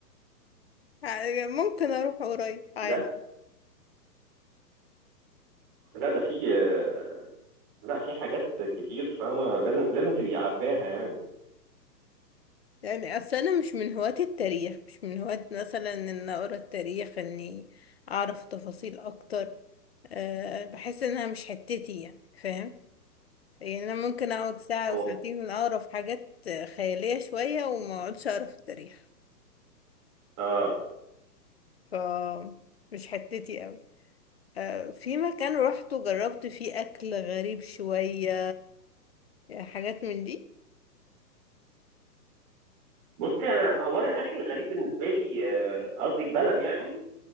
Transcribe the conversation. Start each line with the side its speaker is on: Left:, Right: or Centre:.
Left: يعني ممكن اروح قريب عادي
Right: لا لا ده في آه لا في حاجات كتير فاهمه لازم لازم تبقي عارفاها يعني
Left: يعني اصل انا مش من هواة التاريخ مش من هواة مثلا ان اقرا التاريخ اني اعرف تفاصيل اكتر أه بحس انها مش حتتي يعني فاهم يعني انا ممكن اقعد ساعة
Right: هو
Left: او ساعتين من اقرا في حاجات خيالية شوية وما اقعدش اقرا في التاريخ
Right: اه
Left: ف مش حتتي قوي آه، في مكان روحته جربت فيه اكل غريب شوية يعني حاجات من دي
Right: بصي انا هو انا الاكل الغريب بالنسبه لي آه، قصدك بلد يعني